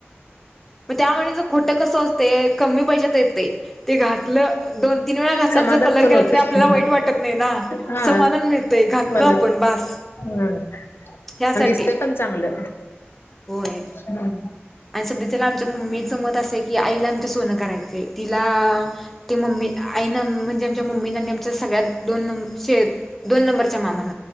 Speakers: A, in the centre; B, on the left.
A: म त्या वाणीच खोटं कसं असतंय कमी पैशात येतंय. ते घातलं दोन तीन वेळा घातल्या
B: समाधान
A: जर कलर
B: पण
A: गेला
B: होते
A: तरी आपल्याला वाईट वाटत नाय ना.
B: हा
A: समाधान मिळ तय घातल
B: मनात
A: आपण बास.
B: हम्म,
A: ह्यासाठी
B: अन् दिसतय पण चांगलं
A: होय
B: हम्.
A: आणि सध्याच्याला आमच्या मम्मीचं मत असंय की आईला आमच्या सोनं करायचंय. तिला ते मम्मी आई ना म्हणजे आमच्या मम्मी आणि आमच्या सगळ्यात दोन शे दोन नंबरच्या मानान.